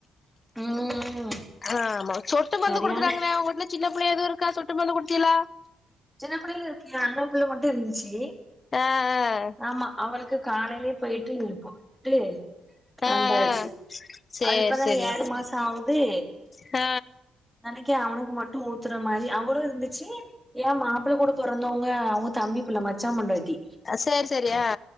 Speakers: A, in the centre; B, on the left (about 35°).
A: ம்
B: ஆமா சொட்டு மருந்து
A: சரியான
B: குடுக்குறாங்களே உங்க வீட்ல சின்னப்பிள்ள எதுவு இருக்கா சொட்டு மருந்து கொடுத்தியளா
A: சின்னப்பிள்ளைல இருக்கே அண்ணம்புள்ள மட்டு இருந்துச்சி
B: ஆ ஆ
A: ஆமா அவளுக்கு காலையிலயே பேயிட்டு இருக்கூப்ட்டு வந்தாச்சு
B: ஆ ஆ ஆ சேரி
A: அவ இப்பதானே
B: சேரி
A: ஏழு மாச ஆவுது
B: ஆ
A: நாளைக்கு அவனுக்கு மட்டு ஊத்துற மாரி அவளு இருந்துச்சு ஏ மாப்பிள கூட பொறந்தவங்க அவங்க தம்பி புள்ள மச்சா பொண்டா ட்டி
B: சேரி சேரி ஆ